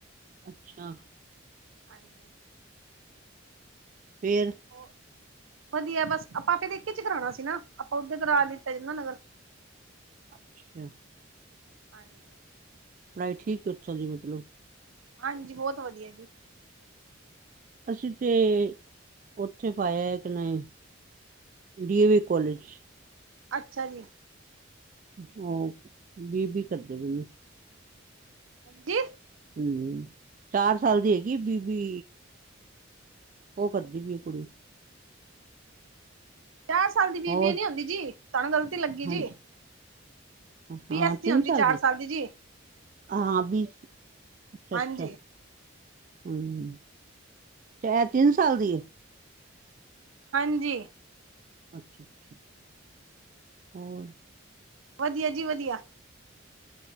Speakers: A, on the right; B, on the right.
A: ਅੱਛਾ।
B: ਹਾਂਜੀ <unintelligible>
A: ਫਿਰ।
B: <unintelligible> ਵਧੀਆ ਬਸ ਆਪਾਂ ਫਿਰ <unintelligible> ਇੱਕ ਚ ਕਰਾਉਣਾ ਸੀ ਨਾ ਆਪਾਂ ਉਦੇ ਕਰਾ ਲਿੱਤਾ ਜਾਂਦਾ <unintelligible> ਨਗਰ
A: ਅੱਛਾ <unintelligible>
B: ਹਾਂਜੀ
A: ਪੜ੍ਹਾਈ ਠੀਕ ਉੱਥੋਂ ਦੀ ਮਤਲਬ
B: ਹਾਂਜੀ ਬਹੁਤ ਵਧੀਆ ਜੀ
A: ਅਸੀਂ ਤੇ ਉੱਥੇ ਪਾਇਆ ਕਿ ਨਹੀਂ ਡੀਏਵੀ ਕੋਲਜ
B: ਅੱਛਾ ਜੀ
A: ਉਹ ਵੀ ਵੀ ਕਰਦੇ ਬਨੇ <unintelligible>
B: ਜੀ
A: ਹਮ ਚਾਰ ਸਾਲ ਦੀ ਹੈਗੀ ਬੀਬੀ ਉਹ ਕਰਦੀ ਪੀਏ ਕੁੜੀ
B: ਚਾਰ ਸਾਲ ਦੀ ਬੀਬੀਏ
A: ਹੋਰ
B: ਨੀ ਹੁੰਦੀ ਜੀ ਤੁਹਾਨੂੰ ਗਲਤੀ ਲੱਗੀ
A: ਹਾਂਜੀ
B: ਜੀ ਬੀ
A: ਹਾਂ
B: ਐਸ ਸੀ
A: ਤਿੰਨ
B: ਹੁੰਦੀ
A: ਸਾਲ
B: ਚਾਰ
A: ਦੀ
B: ਜੀ
A: ਹਾਂ ਬੀ ਅੱਛਾ
B: ਹਾਂਜੀ
A: ਅੱਛਾ ਹ <unintelligible> ਤਿੰਨ ਸਾਲ ਦੀ ਹੈ
B: ਹਾਂਜੀ
A: ਅੱਛਾ-ਅੱਛਾ ਹੋਰ
B: ਵਧੀਆ ਜੀ ਵਧੀਆ